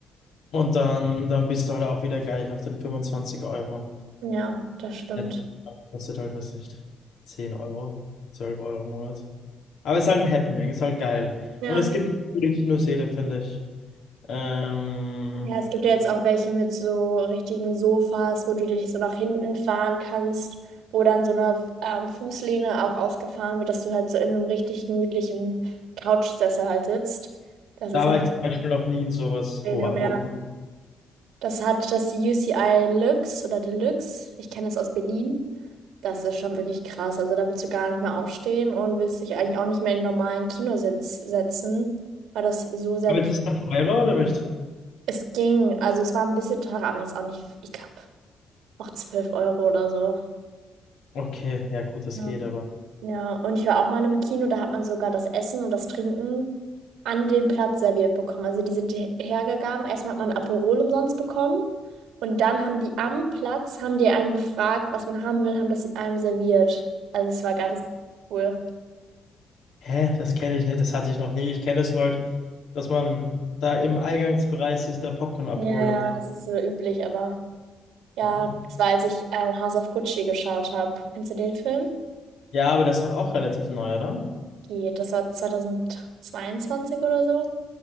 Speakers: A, on the left; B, on the right.
A: Und dann, dann bist du halt auch wieder gleich auf den 25 Euro.
B: ja, das stimmt.
A: Ja, Kostet halt, weiß nicht, 10 Euro, 12 Euro im Monat. Aber ist halt ein Happening, ist halt geil.
B: Ja.
A: Und es gibt coole Kinosäle, finde ich. Ähm,
B: Ja, es gibt ja jetzt auch welche mit so richtigen Sofas, wo du dich so nach hinten fahren kannst, wo dann so eine ähm, Fußlehne auch ausgefahren wird, dass du halt so in einem richtig gemütlichen Couchsessel halt sitzt. Das
A: da
B: ist ein
A: war ich zum Beispiel noch nie in sowas.
B: Premium,
A: Wo,
B: ja.
A: wo,
B: Das hat das UCI Luxe oder Deluxe. Ich kenne das aus Berlin. Das ist schon wirklich krass. Also da willst du gar nicht mehr aufstehen und willst dich eigentlich auch nicht mehr in einen normalen Kinositz setzen, weil das so sehr
A: aber
B: bequem
A: ist es dann teurer oder nicht?
B: Es ging, also es war ein bisschen teurer, aber jetzt auch nicht, ich glaube. auch 12 Euro oder so.
A: Okay, ja gut, das
B: Ja.
A: geht aber.
B: Ja, und ich war auch mal im Kino, da hat man sogar das Essen und das Trinken an den Platz serviert bekommen. Also die sind her- hergegangen, erstmal hat man ein Aperol umsonst bekommen und dann haben die am Platz, haben die einem gefragt, was man haben will, haben das einem serviert. Also es war ganz cool.
A: Hä, das kenne ich nicht, das hatte ich noch nie. Ich kenne es nur halt, dass man da im Eingangsbereich sich da Popcorn abholt
B: Ja, ja,
A: und
B: das ist so üblich, aber ja,
A: dann.
B: das war, als ich ähm, House of Gucci geschaut habe. Kennst du den Film?
A: Ja, aber das ist doch auch relativ neu, oder?
B: Geht, das war 2022 oder so.